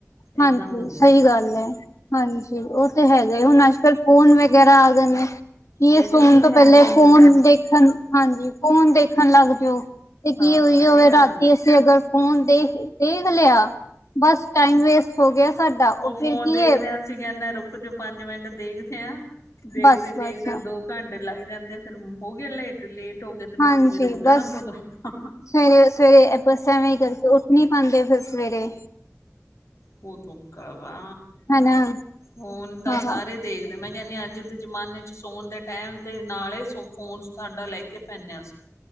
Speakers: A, on the left; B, on the left.
A: ਹਾਂਜੀ,
B: ਏਦਾਂ ਹੋ ਗਿਆ
A: ਸਹੀ
B: ਵਾ
A: ਗੱਲ ਹੈ। ਹਾਂਜੀ, ਉਹ ਤੇ ਹੈਗਾ ਈ ਹੁਣ ਅੱਜ ਕੱਲ੍ਹ ਫੋਨ ਵਗੈਰਾ ਆ ਗਏ ਨੇ। ਕੀ
B: ਇਹਦੇ
A: ਸੋਣ
B: 'ਚ ਹੀ
A: ਤੋਂ
B: ਟਾਈਮ
A: ਪਹਿਲੇ
B: ਨੀ ਮਿਲਦਾ
A: ਫੋਨ ਦੇਖਣ ਹਾਂਜੀ ਫੋਨ ਦੇਖਣ ਲੱਗ ਜਾਓ। ਤੇ ਕੀ
B: ਹਾਂ
A: ਉਹੀਉ
B: ਇਹ
A: ਹੋਵੇ
B: ਗੱਲ
A: ਰਾਤੀ
B: ਆ
A: ਅਸੀਂ ਅਗਰ ਫੋਨ ਦੇਖ ਦੇਖ ਲਿਆ, ਬਸ ਟਾਈਮ ਵੇਸਟ ਹੋ ਗਿਆ ਸਾਡਾ ਉਹ ਫੇਰ
B: ਫੋਨ
A: ਕੀ
B: ਦੇਖਦੇ
A: ਐ
B: ਹਾਂ ਅਸੀਂ ਕਹਿੰਦੇ ਰੁਕ ਜੋ ਪੰਜ ਮਿੰਟ ਦੇਖਦੇ ਆ ਦੇਖਦੇ
A: ਬਸ ਬਸ
B: ਦੇਖਦੇ ਦੋ ਘੰਟੇ ਲੱਗ ਜਾਂਦੇ ਫੇਰ ਹੋਗੇ ਲੇਟ, ਲੇਟ ਹੋ ਗਏ ਤੇ ਫਿਰ
A: ਹਾਂਜੀ
B: ਸਵੇਰੇ ਉੱਠਣਾ
A: ਬਸ
B: ਕਦੋਂ ਆ।
A: ਸਵੇਰੇ ਸਵੇਰੇ ਬੱਸ ਐਵੇ ਹੀ ਕਰਕੇ ਉੱਠ ਨਹੀਂ ਪਾਂਦੇ ਫਿਰ ਸਵੇਰੇ।
B: ਬੋਤ ਔਖਾ ਵਾ।
A: ਹਨਾ
B: ਫੋਨ ਤਾਂ
A: ਹਾਂ
B: ਸਾਰੇ ਦੇਖਦੇ। ਮੈਂ ਕਹਿੰਨੀ ਹਾਂ ਅੱਜ ਦੇ ਜਮਾਨੇ'ਚ ਸੋਣ ਦੇ ਟੈਮ ਤੇ ਨਾਲੇ ਈ ਸ ਫੋਨ ਸਾਡਾ ਲੈ ਕੇ ਪੈਣੇ ਆ ਅਸੀ।